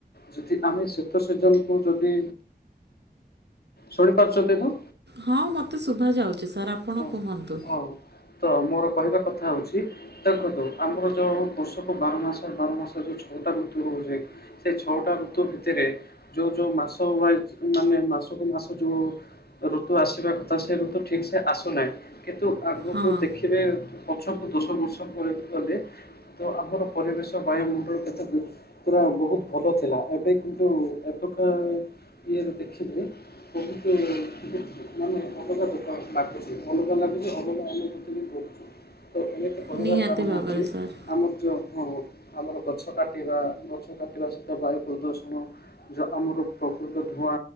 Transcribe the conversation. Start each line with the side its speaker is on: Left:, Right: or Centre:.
Left: ଯଦି ଆମେ ଶୀତ ସିଜନକୁ ଯଦି, ଶୁଣି ପାରୁଛନ୍ତି ତ
Right: ହଁ ମୋତେ ଶୁଭା ଯାଉଛି ସାର୍ ଆପଣ
Left: ହଁ
Right: କୁହନ୍ତୁ
Left: ହଁ ତ ମୋର କହିବା କଥା ହେଉଛି। ଦେଖନ୍ତୁ ଆମର ଯୋଉ ବର୍ଷକୁ ବାର ମାସ ବାର ମାସ ଯୋଉ ଛଅଟା ଋତୁ ହଉଛି। ସେ ଛଅଟା ଋତୁ ଭିତରେ ଯୋଉ ଯୋଉ ମାସ ୱାଇଜ ମାନେ ମାସକୁ ମାସ ଯୋଉ ଋତୁ ଆସିବା କଥା ସେ ଋତୁ ଠିକ ସେ ଆସୁନାହିଁ। କିନ୍ତୁ ଆଗକୁ
Right: ହଁ
Left: ଦେଖିବେ ପଛକୁ ଦଶ ବର୍ଷ ପରକୁ ଗଲେ, ତ ଆମର ପରିବେଶ ବାୟୁମଣ୍ଡଳ କେତେ ପୁରା ବହୁତ ଭଲ ଥିଲା। ଏବେ କିନ୍ତୁ ଏବେକା ଇଏରେ ଦେଖିଲେ ବୋହୁତୁ <inaudible> ମାନେ <inaudible> ଲାଗୁଛି ଅଲଗା ଲାଗୁଛି ଅଲଗା ଅନୁଭୂତି ବି କରୁଛୁ ତ ଏମିତ୍ ମୁଁ କହିବାର
Right: ନିହାତି
Left: କାରଣ
Right: ଭାବରେ
Left: ହଉଛି
Right: ସାର୍
Left: ଆମର ଜ ହଁ ଆମର ଗଛ କାଟିବା ଗଛ କାଟିବା ସହିତ ବାୟୁ ପ୍ରଦୂଷଣ ଯ ଆମର ପ୍ରକୃତ ଧୂଆଁ